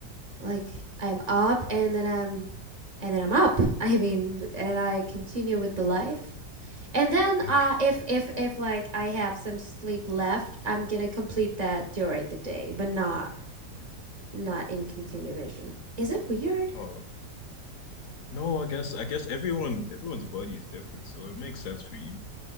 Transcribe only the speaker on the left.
Okay.
Oh no, I guess I guess everyone everyone's body is different, so it makes sense for you.